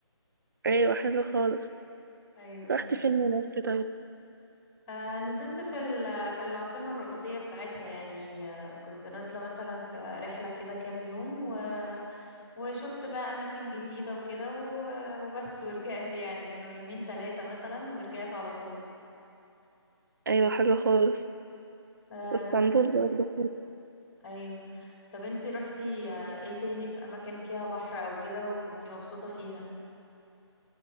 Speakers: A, on the right; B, on the left.
A: أيوة حلو خالص
B: ايوه
A: رحت فين هناك طيب؟
B: آه، نزلت في ال- في العاصمة الرئيسية بتاعتها يعني آه، كنت نازلة مثلا كرحلة كده كام يوم و... وشفت بقى أماكن جديدة وكده و... وبس ورجعت يعني كانوا يومين ثلاثة مثلا ورجعت على طول
A: أيوة حلوة خالص
B: آه،
A: واسطنبول
B: طب انت
A: برضه حلوة.
B: أيوه طب انت روحتي آه، ايه تاني في أماكن فيها بحر أو كده وكنتي مبسوطة فيها